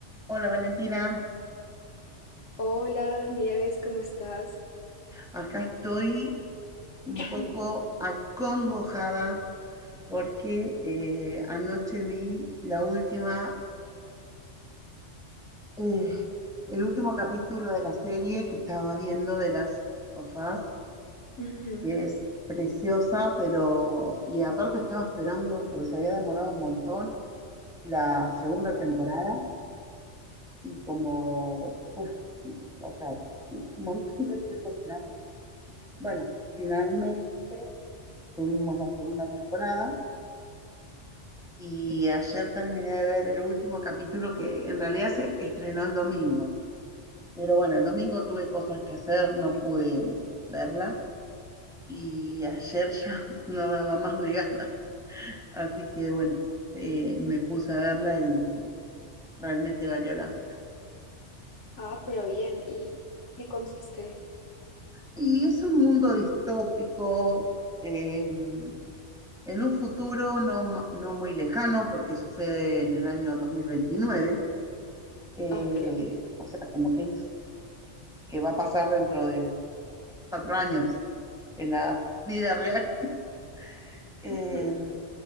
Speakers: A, in the centre; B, on the left.
A: Hola Valentina,
B: Hola, Nieves, ¿cómo estás?
A: acá estoy un
B: <clears throat>
A: poco acongojada porque eh, anoche vi la última, eh, el último capítulo de la serie que estaba Last of Us,
B: Ujú.
A: que es preciosa, pero y aparte estaba esperando porque se había demorado un montón la segunda temporada y como, uf, o sea, un montón de tiempo esperando. Bueno, finalmente. tuvimos la segunda temporada y ayer terminé de ver el último capítulo que en realidad se estrenó el domingo. Pero bueno, el domingo tuve cosas que hacer, no pude verla y ayer ya <laughs> no daba más de ganas. Así que bueno, eh, me puse a verla y realmente valió la pena.
B: Ah, pero bien, ¿y en qué consiste?
A: Y es un mundo distópico, eh, en un futuro no, ma- no muy lejano, porque sucede en el año 2029 eh,
B: Ok,
A: o sea, como que es que va a pasar dentro de cuatro años en la vida real. <laughs> Eh,
B: Ujú.